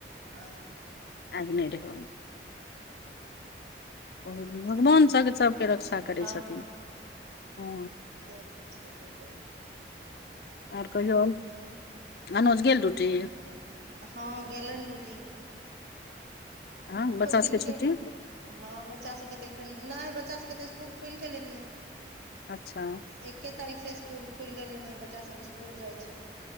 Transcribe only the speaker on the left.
आगिने रहै औने बहु भगवान
सभ सभके रक्षा करै
छथिन हँ
आर कहियो अनुज गेल ड्युटी
आ बच्चा
सभके छुट्टी
अच्छा